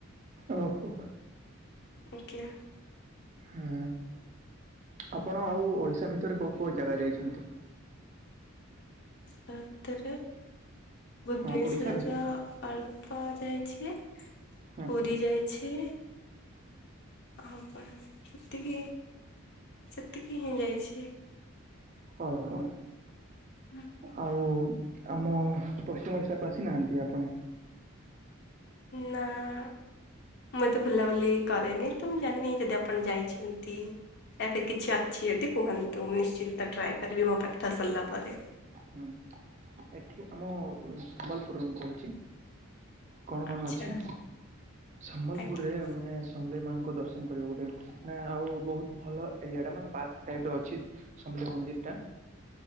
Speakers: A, on the right; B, on the left.
A: ଓହୋ।
B: ଆଜ୍ଞା।
A: ହୁଁ ଆପଣ ଆଉ ଓଡ଼ିଶା ଭିତରେ କୋଉ କୋଉ ଜାଗା ଯାଇଛନ୍ତି?
B: ବାତ୍ ରେ ଭୁବନେଶ୍ଵର
A: ହଁ ଓଡ଼ିଶା ଭିତରେ।
B: ର ଅଳ୍ପ ଯାଇଛି
A: ହୁଁ।
B: ପୁରୀ ଯାଇ ଛି ଆଉ <unintelligible> ତିକି ସେତିକି ହିଁ ଯାଇଛି।
A: ଓହୋ।
B: ନା
A: ଆଉ ଆମ ପଶ୍ଚିମ ଓଡ଼ିଶାକୁ ଆସିନାହାନ୍ତି ଆପଣ?
B: ନାଁ। ମୁଁ ଏତେ ବୁଲାବୁଲି କରେନି ତ ମୁଁ ଜାଣିନି ଯଦି ଆପଣ ଯାଇଛନ୍ତି ଏବେ କିଛି ଅଛି ଯଦି କୁହନ୍ତୁ? ମୁଁ ନିଶ୍ଚିନ୍ତ ଟ୍ରାଏ କରିବି ମୋ ପାଠ ସରିଲା ପରେ।
A: ହୁଁ ଏଠି ଆମ ସମ୍ବଲପୁର ମୁଁ କହୁଛି? କଣ
B: ଆଚ୍ଛା
A: କଣ ଅଛି ସମ୍ବଲପୁରରେ
B: ଆଜ୍ଞା
A: ମାନେ ସମଲେଇ ମାଙ୍କ ଦର୍ଶନ କରିବାକୁ ଗୋଟେ ନା ଆଉ ବହୁତ ଭଲ ଏରିଆ ଟା ମେ ପାର୍କ ଟାଇପ୍ ର ଅଛି। ସମଲେଇ ମନ୍ଦିର ଟା।